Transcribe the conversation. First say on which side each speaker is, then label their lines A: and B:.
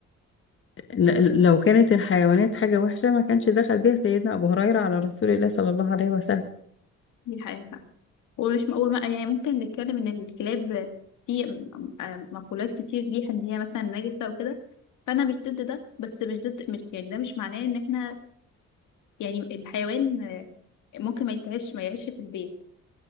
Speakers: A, on the left; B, on the left.
A: ل- لو كانت الحيوانات حاجة وحشة ما كانش دخل بيها سيدنا أبو هريرة على رسول الله صلى الله عليه وسلم
B: دي حقيقة فعلا ومش م... وما... يعني ممكن نتكلم إن الكلاب في م- م- مقولات كتير ليها إن هي مثلا نجسة وكده فأنا مش ضد ده بس مش ضد مش يعني ده مش معناه إن احنا يعني الحيوان آه، ممكن ما يتعيش ما يعيش في البيت